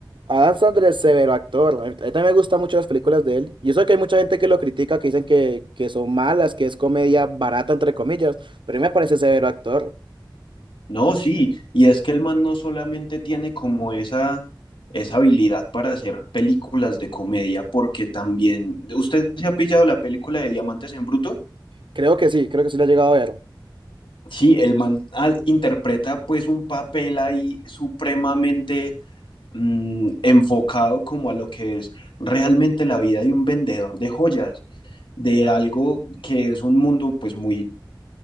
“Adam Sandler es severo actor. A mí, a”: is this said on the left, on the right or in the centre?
Right